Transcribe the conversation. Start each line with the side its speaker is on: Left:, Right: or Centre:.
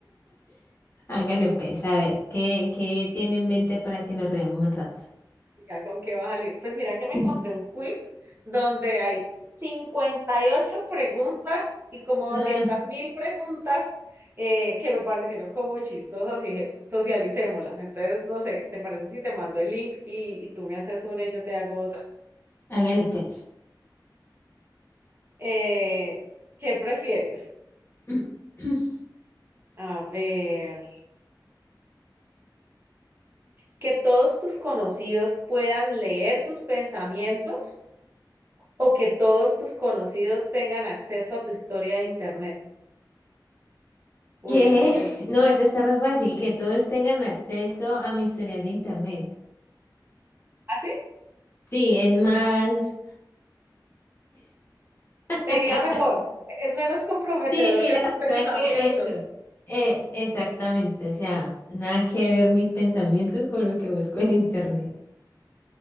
Left: Hágale pues, a ver, ¿qué, qué tiene en mente para que nos riamos un rato?
Right: Diga, ¿con qué va a salir? Pues mira que me
Left: <clears throat>
Right: encontré un quiz donde hay 58 preguntas y como doscientas
Left: Ah,
Right: mil preguntas eh, que me parecieron como chistosas y dije, socialicémoslas. Entonces, no sé, ¿te parece si te mando el link y, y tú me haces una y yo te hago otra?
Left: hágale pues.
Right: Eh, ¿qué prefieres?
Left: <clears throat>
Right: A ver, ¿que todos tus conocidos puedan leer tus pensamientos o que todos tus conocidos tengan acceso a tu historia de internet? Uy,
Left: ¿Qué?
Right: esa pregunta.
Left: No, eso está re fácil, que todos tengan acceso a mi historial de internet.
Right: ¿Así?
Left: Sí, es más... <laughs>
Right: Te iría mejor. Es menos comprometedor
Left: Sí,
Right: que
Left: la
Right: tus pensamientos.
Left: verdad que eso. Eh, exactamente, o sea, nada que ver mis pensamientos con lo que busco en internet.